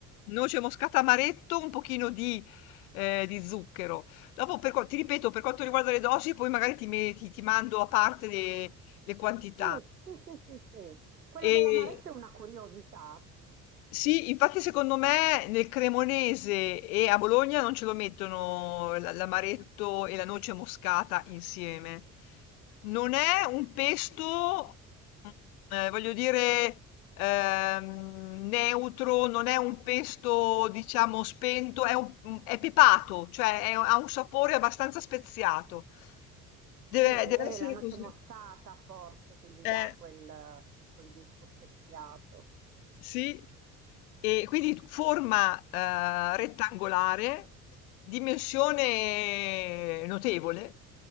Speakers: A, on the left; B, on the right.
A: noce moscata, amaretto, un pochino di, eh, di zucchero. Dopo, per, qua- ti ripeto, per quanto riguarda le dosi, poi magari ti, me- ti- ti mando a parte le le quantità.
B: Sì, sì, sì, sì, sì. Quello
A: Ehm,
B: dell'amaretto è una curiosità. Mm,
A: sì, infatti secondo me nel cremonese e a Bologna non ce lo mettono l l'amaretto e la noce moscata insieme. Non è un pesto, mhmm, ehm, voglio dire, ehm, neutro, non è un pesto diciamo spento, è un mhmm, è pepato, cioè è ha un sapore abbastanza speziato. Deve
B: Bene,
A: deve essere
B: e la noce
A: così.
B: moscata forse che gli
A: Eh.
B: dà quel, quel gusto speziato.
A: Sì, e quindi forma, ehm, rettangolare, dimensione notevole,